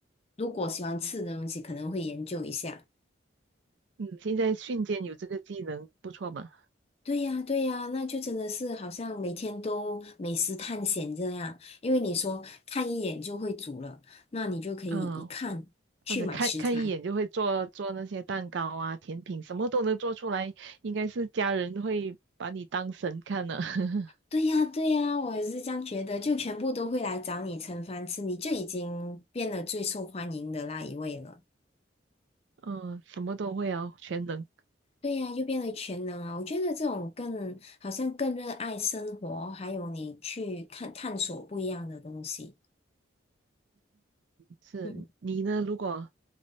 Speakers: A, on the left; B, on the right.
A: 如果喜欢吃的东西，可能会研究一下。
B: 嗯现在瞬间有这个技能，不错嘛。
A: 对呀，对呀，那就真的是好像每天都美食探险这样。因为你说看一眼就会煮了，那你就可以一看去买食材。
B: 嗯，或者看看一眼就会做做那些蛋糕啊、甜品，什么都能做出来，应该是家人会把你当神看的。<laughs>
A: 对呀，对呀，我也是这样觉得，就全部都会来找你盛饭吃，你就已经变得最受欢迎的那一位了。
B: 嗯，什么都会哦，全能。
A: 对呀，又变为全能啊！我觉得这种更好像更热爱生活，还有你去看探索不一样的东西。
B: 是你呢？
A: 嗯
B: 如果